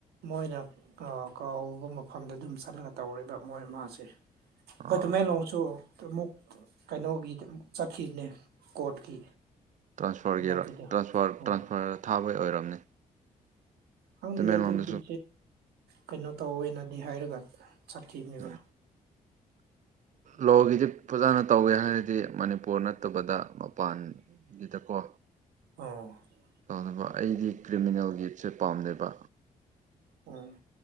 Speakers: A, on the right (about 80°); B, on the right (about 50°).
A: ꯃꯣꯏꯅ ꯀꯕ ꯃꯐꯝꯗ ꯑꯗꯨꯝ ꯆꯠꯂꯒ ꯇꯧꯔꯦꯕ ꯃꯣꯏ ꯃꯥꯥꯁꯦ
B: ꯑꯥ
A: ꯍꯣꯏ ꯇꯃꯦ ꯂ ꯆꯣ ꯑꯃꯨꯛ ꯀꯩꯅꯣꯒꯤꯗ ꯑꯃꯨꯛ ꯆꯠꯈꯤꯕꯅꯦ ꯀꯣꯔꯠꯀꯤ
B: ꯇ꯭ꯔꯥꯟꯁꯐꯔꯒꯤ
A: ꯍꯟꯗꯛꯀꯤꯗꯣ
B: ꯇ꯭ꯔꯥꯟꯁꯐꯔ
A: ꯎꯝ
B: ꯊꯥꯕꯩ ꯑꯣꯏꯔꯝꯅꯤ
A: ꯍꯪꯗ
B: ꯇꯃꯦꯡꯂꯣꯡꯗꯁꯨ
A: ꯑꯗꯨ ꯎꯗꯤꯦ ꯀꯩꯅꯣ ꯇꯧꯅꯅꯤ ꯍꯥꯏꯔꯒ ꯆꯠꯈꯤꯕꯅꯦꯕ
B: ꯎꯝ ꯂꯣꯒꯤꯗꯤ ꯐꯖꯅ ꯇꯧꯋꯦ ꯍꯥꯏꯔꯗꯤ ꯃꯅꯤꯄꯨꯔ ꯅꯠꯇꯕꯗ ꯃꯄꯥꯟ ꯒꯤꯗꯀꯣ
A: ꯑ <unintelligible> <inaudible>
B: ꯑꯗꯨ ꯑꯩꯗꯤ ꯀ꯭ꯔꯤꯃꯤꯅꯦꯜ ꯒꯤꯞꯁꯦ ꯄꯥꯝꯗꯕ
A: ꯎꯝ <inaudible>